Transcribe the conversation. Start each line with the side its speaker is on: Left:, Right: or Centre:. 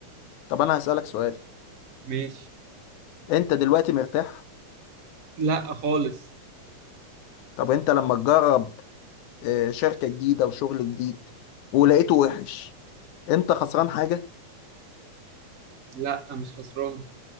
Left: طب انا هسالك سؤال
Right: ماشي
Left: انت دلوقتي مرتاح
Right: لا خالص
Left: طب انت لما تجرب آه، شركة جديدة وشغل جديد ولقيته وحش انت خسران حاجة
Right: لا مش خسران